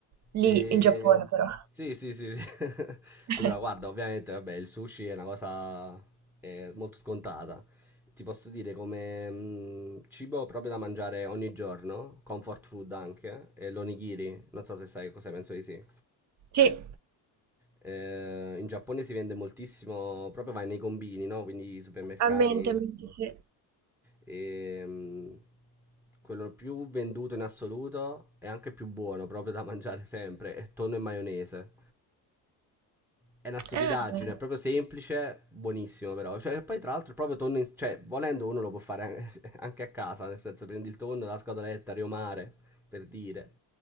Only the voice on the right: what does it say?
Lì,
in Giappone però.
<laughs>
Sì,
a mente, a mente, sì.
Ah,